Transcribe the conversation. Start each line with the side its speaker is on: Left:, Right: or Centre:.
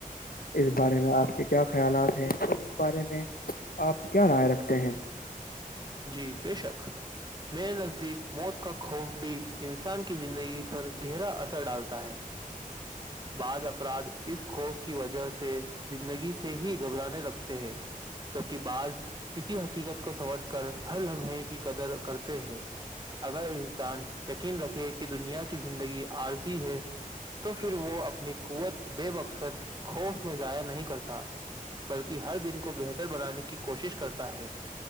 Left: اس بارے میں آپ کے کیا خیالات ہیں اس بارے میں آپ کیا رائے رکھتے ہیں
Right: جی بے شک میرے نزدیک موت کا خوف بھی انسان کی زندگی پر گہرا اثر ڈالتا ہے بعض افراد اس خوف کی وجہ سے زندگی سے سے ہی گھبرانے لگتے ہیں جبکہ بعض اسی حقیقت کو سمجھ کر کر ہل لمحے کی قدر کرتے ہیں اگر انسان یقین رکھے کہ دنیا کی زندگی عارضی ہے تو پھر وہ اپنی قوت بے مقصد خوف میں ضائع نہیں کرتا بلکہ ہر دن کو بہتر بنانے کی کوشش کرتا ہے